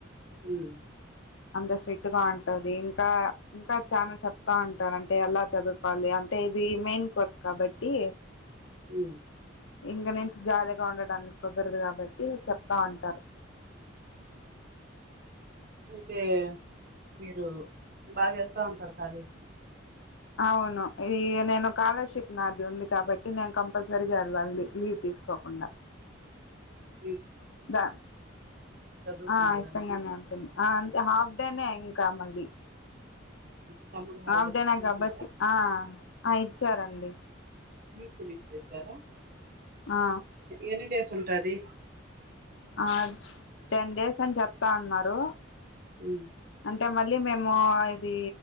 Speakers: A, on the right (about 45°); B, on the left (about 70°).
A: ఉమ్
B: అంత స్ట్రిక్ట్ గా ఉంటుంది ఇంకా ఇంకా చనా చెప్తా ఉంటారు అంటే ఎలా చదువుకోవాలి అంటే ఇది మెయిన్ కోర్స్ కాబట్టి
A: ఉ
B: ఇంగ నుంచి జాలీగా ఉండడానికి కుదరదు కాబట్టి చెప్తా ఉంటారు
A: అయితే మీరు బాగా వెళ్తా ఉంటారు కాలేజీకి
B: అవును ఇది నేను కకాలర్షిప్ నాది ఉంది కాబట్టి నేను కంపల్సరీగా వెాలి లీవ్ తీసుకోకుండా
A: హ
B: దా
A: చదువుకుండే
B: ఆ ఇష్టంగానే
A: దానికి
B: ఉంటుంది అంటే హాఫ్ అంటేనే ఇంకా మళ్ళీ
A: సమ్మర్ హాలిడేస్
B: ఆవిడేనా
A: ఇచ్చేసినారా
B: కాబట్టి ఆ ఆ ఇచ్చారండి
A: మీ గురిచ్చసారా
B: ఆ
A: ఎనిడి ఉంటాది
B: ఆ టెన్ డేస్ అని చెప్తా ఉన్నారు
A: ఉ
B: అంటే మళ్ళీ మేము ఇది